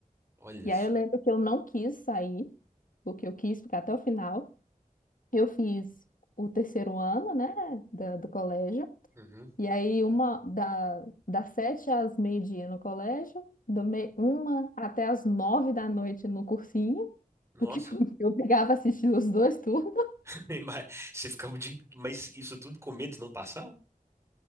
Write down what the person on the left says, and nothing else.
E
aí eu lembro que eu não quis sair, porque eu quis ficar até o final. Eu fiz o terceiro ano, né, da- do colégio.
E aí uma da, das sete às meio-dia no colégio, do meio uma até às nove da noite no cursinho,
porque <laughs> eu pegava assistir os dois turnos.